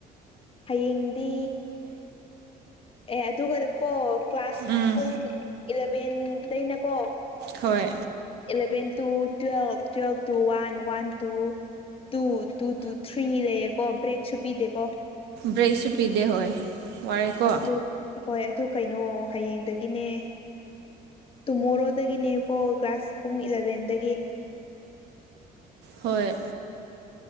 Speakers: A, on the left (about 35°); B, on the right (about 75°).
A: ꯍꯌꯦꯡꯗꯤ ꯑꯦ ꯑꯗꯨꯒꯗꯀꯣ ꯀ꯭ꯂꯥꯁ
B: ꯎꯝ
A: ꯐꯨꯡ ꯏꯂꯚꯦꯟꯗꯩꯅꯀꯣ
B: ꯍꯣꯏ
A: eleven two twelve twelve two one one two two two two three ꯂꯩꯌꯦꯀꯣ ꯕ꯭ꯔꯦꯛꯁꯨ ꯄꯤꯗꯦꯀꯣ
B: ꯭ꯔꯁ ꯄꯤꯗꯦ ꯍꯣꯏ ꯋꯥꯔꯦꯀꯣ
A: ꯑꯗꯨ ꯍꯣꯏ ꯑꯗꯨ ꯀꯩꯅꯣ ꯍꯌꯦꯡꯗꯒꯤꯅꯦ ꯇꯨꯃꯣꯔꯣꯗꯒꯤꯅꯦꯀꯣ ꯀ꯭ꯂꯥꯁ ꯄꯨꯡ ꯏꯂꯚꯦꯟꯗꯒꯤ
B: ꯍꯣꯏ